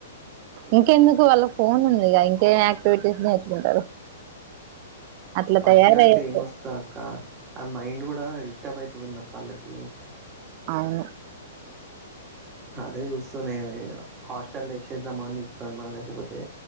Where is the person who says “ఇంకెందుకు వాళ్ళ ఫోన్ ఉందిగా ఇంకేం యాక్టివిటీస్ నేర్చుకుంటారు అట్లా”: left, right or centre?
Right